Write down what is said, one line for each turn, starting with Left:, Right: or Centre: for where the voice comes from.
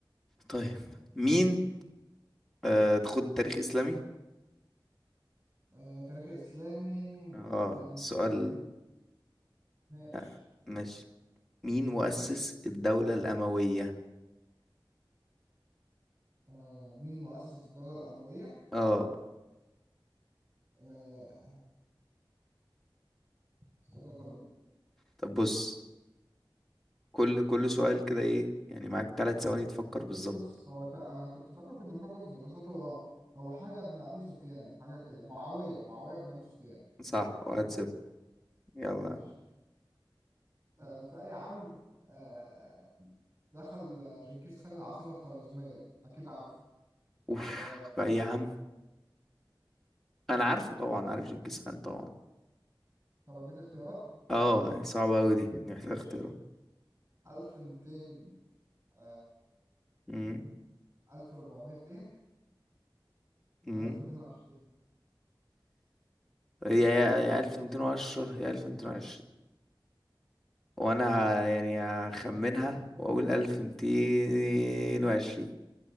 Centre: طيب مين آه تاخد تاريخ اسلامي
Right: آه تاريخ إسلامي
Centre: اه
Right: يعني
Centre: سؤال
Right: ما- ماشي
Centre: آه، ماشي مين مؤسس الدولة الأموية
Right: آه مين مؤسس الدولة الأموية؟
Centre: اه
Right: آه اسألها طيب
Centre: طب بص كل كل سؤال كده ايه يعني معاك ثلاث ثواني تفكر بالظبط
Right: بص هو تا- أنا كنت فاكره كده مفكر في الدراسات هو هو حاجة ابن أبي سفيان حاجة كده معاوية معاوية ابن أبي سفيان
Centre: صح واحد صفر يلا
Right: ماشي آه، في أي عام آه، دخل جنكيز خان العاصمة الخوارزمية أكيد عارفه
Centre: اوف
Right: آه،
Centre: بقى إيه يا عم انا عارفه طبعا عارف جنكيز خان طبعا
Right: طب أديك اختيارات
Centre: اه صعبة اوي دي محتاج
Right: ماشي
Centre: اختيارها
Right: 1210
Centre: امم
Right: 1400
Centre: امم
Right: 1220
Centre: يا يا يا 1210 يا 1220 وانا ه... يعني هخمنها واقول 1220